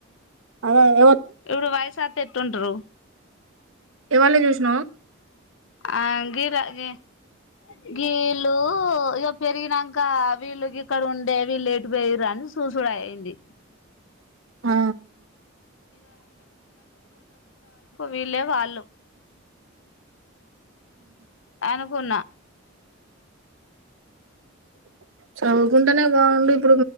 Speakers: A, on the right; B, on the left.
A: అ
B: ఎవడు వయసా ఎట్లుంటరు
A: ఎవల్ని చూసినవ్
B: ఆ గిరా గ గీళ్ళు ఇగొ పెరిగినంక వీలు గి క్క ఉండే విల్లెటూపోయియ్యిర్రు అని అని సూసుడైంది
A: ఆ
B: వీళ్లే వాళ్ళు అనుకున్నా
A: చదువుకుంటేనే బాగుండు ఇప్పుడు